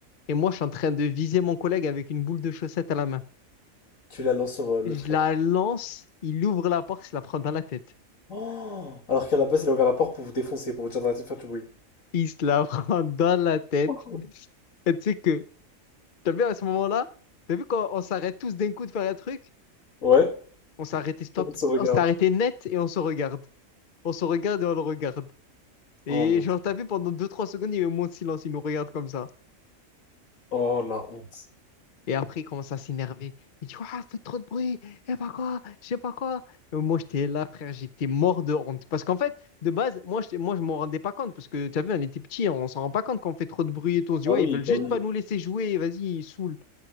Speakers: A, on the left; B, on the left.
A: et moi, je suis en train de viser mon collègue avec une boule de chaussette à la main.
B: tu la lances sur euh, le
A: Je
B: frère.
A: la lance, il ouvre la porte, il se la prend dans la tête.
B: Oh Alors qu'à la base, il a ouvert la porte pour vous défoncer, pour vous dire d'arrêter de faire du bruit.
A: Il se la <laughs> prend dans la tête.
B: <laughs>
A: Et tu sais que, t'as vu à ce moment-là, t'as vu quand on s'arrête tous d'un coup de faire un truc?
B: Ouais,
A: On s'est arrêté stop,
B: tout le monde se regarde.
A: on s'est arrêté net et on se regarde. On se regarde et on le regarde. Et
B: Oh mon
A: genre,
B: Dieu.
A: t'as vu, pendant deux trois secondes, il y a eu un moment de silence, il nous regarde comme ça.
B: Oh la honte.
A: Et après, il commence à s'énerver. Il dit, Ouah, faites trop de bruit, et pas quoi, je sais pas quoi. Et moi, j'étais là, frère, j'étais mort de honte. Parce qu'en fait, de base, moi, je, moi, je m'en rendais pas compte. Parce que, t'as vu, on était petits, on s'en rend pas compte quand on fait trop de bruit et tout. On se dit,
B: Ah
A: ouais,
B: oui,
A: ils veulent
B: bah
A: juste
B: oui.
A: pas nous laisser jouer, vas-y, ils saoulent.